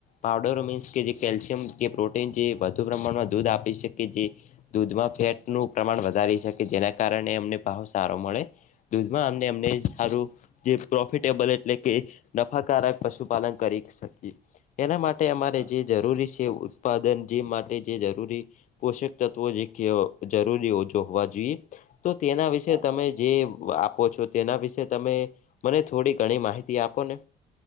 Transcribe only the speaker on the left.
પાવડરો મિન્સ કે જે કેલ્શિયમ કે પ્રોટીન જે વધુ પ્રમાણમાં દૂધ આપી શકે જે દૂધમાં ફેટનું
પ્રમાણ વધારી શકે, જેના કારણે એમને ભાવ સારો મળે દૂધમાં આમ તમને સારું જે પ્રોફિટેબલ એટલે કે નફાકારક પશુપાલન કરી શકીએ. એના માટે, તે અમારે
જે જરૂરી સે એવું ઉત્પાદન જે માટે જે જરૂરી પોષક તત્ત્વો જે કે જરૂરી ઓછો હોવા જોઈએ. તો તેના વિશે.
તમે
જે આપો છો, તેના વિશે તમે મને થોડી ઘણી માહિતી આપો ને.